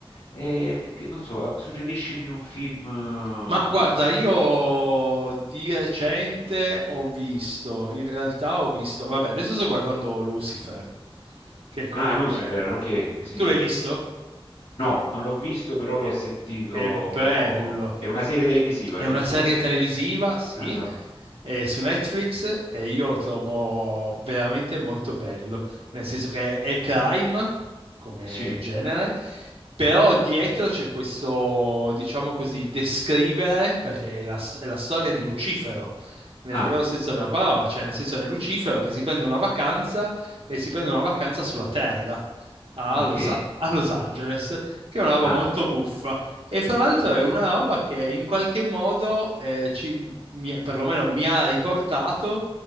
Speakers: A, on the left; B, on the right.
A: E che- che- non so, suggeriscimi un film
B: Ma
A: eh,
B: guarda, io di recente ho visto, in realtà ho visto, vabbè, adesso sto guardando Lucifer, che comunque...
A: Ah, Lucifer, ok, sì.
B: Tu l'hai visto?
A: No, non l'ho visto, però
B: È,
A: l'ho sentito.
B: è
A: ho-
B: bello.
A: È una serie televisiva,
B: È
A: giusto?
B: una serie televisiva, sì,
A: Ah, Esatto.
B: è su Netflix e io lo trovo veramente molto bello, nel senso che è crime come
A: Sì.
B: genere, però dietro c'è questo, diciamo così, descrivere, perché è la, è la storia di Lucifero, nel
A: Ah,
B: vero senso della parola, cioè nel senso è Lucifero che si prende una vacanza e si prende una vacanza sulla Terra. A
A: ok.
B: Los, a Los Angeles, che è una roba
A: Ah,
B: molto buffa. E fra l'altro è una roba che in qualche modo eh, ci, mi- perlomeno mi ha riportato